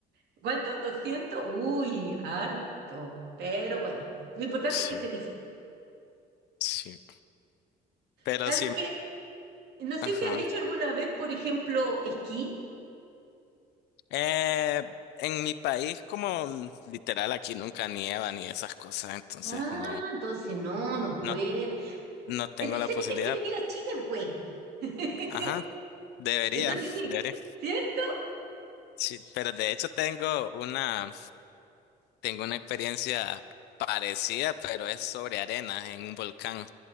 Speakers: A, on the right (about 75°); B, on the left (about 80°).
A: cuántos doscientos Uy, harto. Pero bueno, lo importante
B: Sí,
A: es que se disfrute.
B: sí. Pero
A: ¿Sabes
B: sí,
A: qué? No sé
B: ajá.
A: si has hecho alguna vez, por ejemplo, esquí.
B: Eh, en mi país, como literal aquí nunca nieva ni esas cosas, entonces
A: Ah,
B: no,
A: entonces no, no puede.
B: no, no tengo
A: Entonces
B: la posibilidad.
A: tienes que venir a Chile, pues. <laughs>
B: Ajá, debería,
A: Entonces, ni-
B: debería.
A: ¿cierto?
B: Sí, pero de hecho tengo una, tengo una experiencia parecida, pero es sobre arena en un volcán.